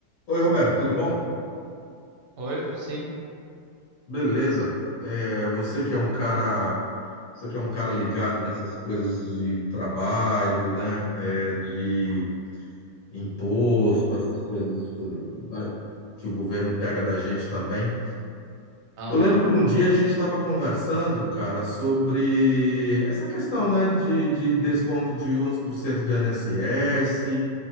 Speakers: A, on the left; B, on the right.
A: Oi, Roberto, tudo bom?
B: Oi, tudo sim?
A: Beleza. É, você que é um cara, você que é um cara ligado nessas coisas de trabalho, né? É, de imposto, essas coisas, eh, vai, que o governo pega da gente também.
B: Aham,
A: Eu lembro que um dia a gente estava conversando, cara, sobre essa questão, né, de, de desconto de 11% de INSS,